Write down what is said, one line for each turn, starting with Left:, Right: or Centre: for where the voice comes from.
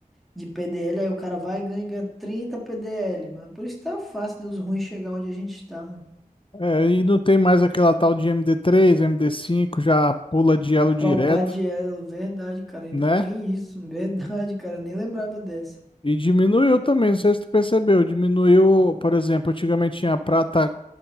Centre: de PDL aí o cara vai ganhar trinta PDL, mano. Por isso tá fácil deus ruim chegar onde a gente está, mano.
Left: É, e não tem mais aquela tal de MD3, md cinco já pula de elo direto,
Centre: Palpade elo, verdade, cara. Ainda
Left: né?
Centre: tem isso, verdade, cara. eu Nem lembrava dessa.
Left: E diminuiu também, não sei se tu percebeu. Diminuiu, por exemplo, antigamente tinha prata,